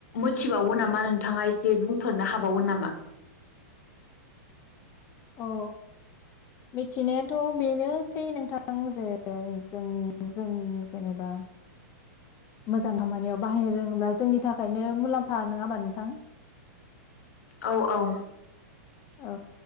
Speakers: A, on the left; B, on the left.
A: मोनथिबावगोन नामा नोंथाङा एसे बुंफोरनो हाबावगोन नामा?
B: अ मिथिनायाथ बेनोसै नोंथां जे जों जों जेनेबा मोजां खामानियाव बाहायनो रोंङोब्ला जोंनि थाखायनो मुलाम्फा नंङाबा नोंथां?
A: औ औ‌।
B: ओ